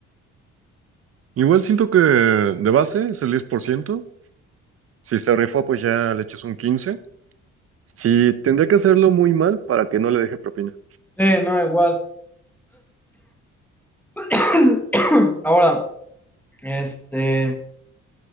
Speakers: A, on the right; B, in the centre.
A: Igual siento que de base es el 10%. Si se rifa, pues ya le echas un quince. Si tendría que hacerlo muy mal para que no le deje propina.
B: Sí, no, igual. <clears throat> Ahora, este,